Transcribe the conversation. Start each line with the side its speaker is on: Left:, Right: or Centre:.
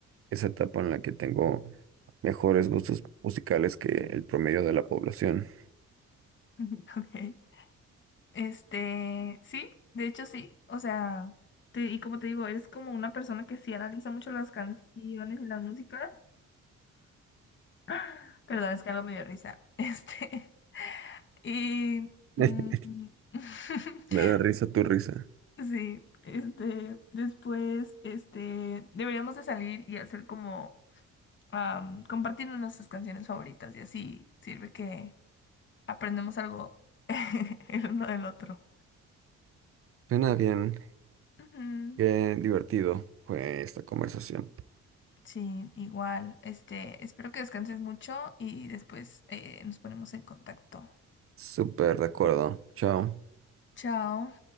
Right: esa etapa en la que tengo mejores gustos musicales que el promedio de la población.
Left: <laughs> ok. Este, sí, de hecho sí, o sea, te- y como te digo, eres como una persona que sí analiza mucho las canciones y la música. <gasps> Perdón, es que algo me dio risa. Este, <laughs> y... mm,
Right: <laughs>
Left: <laughs>
Right: Me da risa tu risa.
Left: sí, este, después, este, deberíamos de salir y hacer como am, compartirnos nuestras canciones favoritas y así sirve que aprendemos algo <laughs> el uno del otro.
Right: Suena bien,
Left: Ujú.
Right: qué divertido fue esta conversación.
Left: Sí, igual. Este, espero que descanses mucho y después eh, nos ponemos en contacto.
Right: Súper de acuerdo. Chao.
Left: Chao.